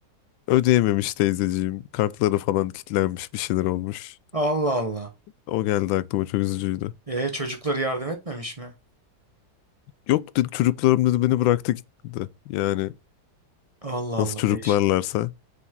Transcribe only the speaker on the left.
ödeyememiş teyzeciğim. Kartları falan kilitlenmiş bir şeyler olmuş.
O geldi aklıma çok üzücüydü.
Yok dedi çocuklarım dedi beni bıraktı gitti. Yani
nasıl çocuklarlarsa